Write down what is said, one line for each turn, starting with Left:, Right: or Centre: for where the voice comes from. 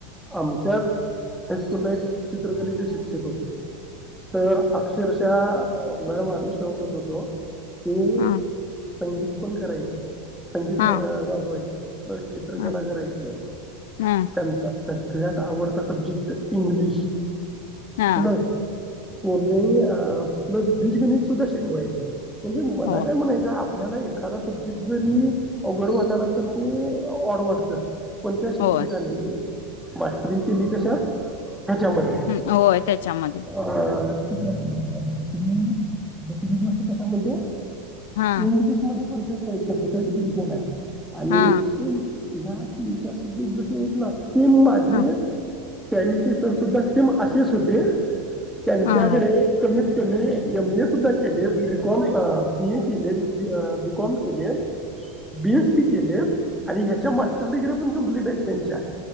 Centre: आमच्यात हायस्कूलला एक चित्रकलेचे शिक्षक होते तर अक्षरशः मॅडम आम्ही शौक होत होतो. ते
Left: हा
Centre: संगीत पण करायचे. संगीत
Left: हा
Centre: व अ वाजवायचे. प्लस चित्रकला
Left: ह
Centre: करायची आहे
Left: ह
Centre: त्यांचा सगळ्यात आवडता सब्जेक्ट इंग्लिश
Left: हा
Centre: प्लस <inaudible> अ प्लस बीज गणित सुद्धा शिकवायचे. म्हणजे मला
Left: हो
Centre: आपल्याला एखादा सब्जेक्ट जरी अवघड वाटायला तरी ते आवडू वाटतं. कोणत्या शिक्षकांनी
Left: होय
Centre: <unintelligible> कशात त्याच्यामध्ये
Left: हम्म होय त्याच्यामध्ये
Centre: अ <unintelligible> दुसरी दुसरी गोष्ट कशामध्ये
Left: हा
Centre: इंग्लिश मध्ये पण <unintelligible> हाय आणि
Left: हा
Centre: <unintelligible> या तीन चार सब्जेक्ट जसे हायत ना ती माझी
Left: ह
Centre: त्यांॅनीचे तर सुद्धा स्कीम अशीच होती त्यांच्याकडे
Left: ह
Centre: कमी मी एम ए सुद्धा केल य बिकॉम अ बी ए केलेत बीकॉम केलेत बीएस सी केलेत आणि ह्याच्या मास्टर डिगगऱ्या पण कमप्लीट आहेत त्यांच्या